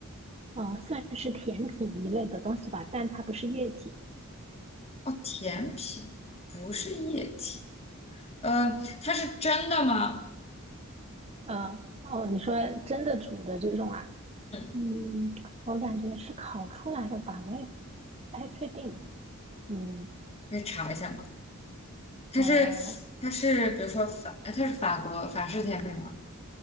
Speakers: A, on the right; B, on the left.
A: 呃，算是甜品一类的东西吧，但它不是液体。
B: 哦，甜品不是液体，呃，它是真的吗？
A: 呃，哦，你说真的煮的这种啊？
B: 嗯，
A: 嗯，我感觉是烤出来的吧，我也不太确定。嗯，
B: 可以查一下吗？它是
A: 呃，
B: 它是比如说法，呃它是法国法式甜品吗？